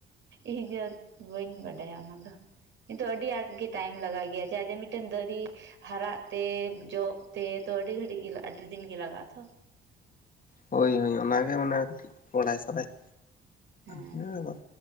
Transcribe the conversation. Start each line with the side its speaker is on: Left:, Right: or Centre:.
Right: ᱤᱧ ᱵᱟᱹᱧ ᱵᱟᱰᱟᱭᱟ ᱚᱱᱟ ᱫᱚ ᱠᱤᱱᱛᱩ ᱟᱹᱰᱤ ᱟᱸᱴᱜᱤ ᱴᱟᱭᱤᱢ ᱞᱟᱜᱟᱜ ᱜᱮᱭᱟ ᱪᱮᱫᱟᱜ ᱡᱮ ᱢᱤᱫᱴᱮᱱ ᱫᱟᱨᱤ ᱦᱟᱨᱟᱜ ᱛᱮ ᱡᱚᱜ ᱛᱮ ᱛᱚ ᱟᱹᱰᱤ ᱜᱷᱟᱹᱲᱤᱡ ᱜᱮ ᱟᱹᱰᱤ ᱫᱤᱱ ᱜᱮ ᱞᱟᱜᱟᱜ-ᱟ ᱛᱚ
Left: ᱦᱳᱭ ᱦᱳᱭ ᱚᱱᱟᱜᱮ ᱢᱟᱱᱮ ᱵᱟᱲᱟᱭ ᱥᱟᱱᱟᱭᱮᱫ‌
Right: ᱦᱮᱸ
Left: ᱞᱤᱧᱟ